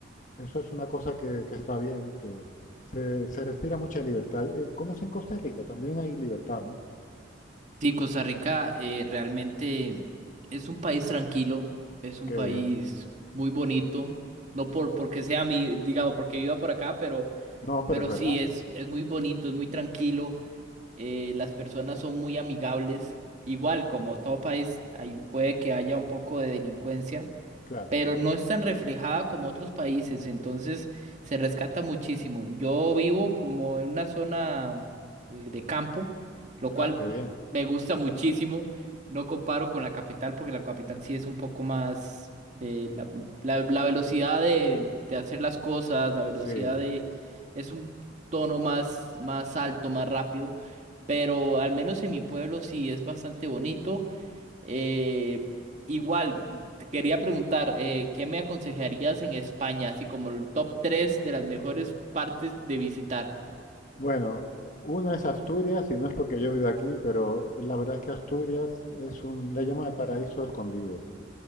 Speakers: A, on the left; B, on the right.
A: eso es una cosa que, que está bien, que se, se respira mucha libertad. Eh, ¿Cómo es en Costa Rica? También hay libertad, ¿no?
B: Sí, Costa Rica eh, realmente es un país tranquilo, es un
A: Qué
B: país
A: bien.
B: muy bonito, no por porque sea mi, digamos, porque viva por acá, pero,
A: No, pero
B: pero
A: es verdad,
B: sí es, es muy bonito, es muy tranquilo, eh, las personas son muy amigables, igual como todo país, ahí puede que haya un poco de delincuencia,
A: claro.
B: pero no es tan reflejada como otros países, entonces se rescata muchísimo. Yo vivo como en una zona eh, de campo, lo cual
A: Ah, qué bien.
B: me gusta muchísimo. No comparo con la capital porque la capital sí es un poco más eh, la, la- la velocidad de, de hacer las cosas, la velocidad
A: Sí.
B: de es un tono más más alto, más rápido, pero al menos en mi pueblo sí es bastante bonito. Eh, igual, te quería preguntar, eh, ¿qué me aconsejarías en España, así como el top 3 de las mejores partes de visitar?
A: Bueno, eh, una es Asturias, y no es porque yo vivo aquí, pero la verdad es que Asturias es un, le llaman el paraíso escondido.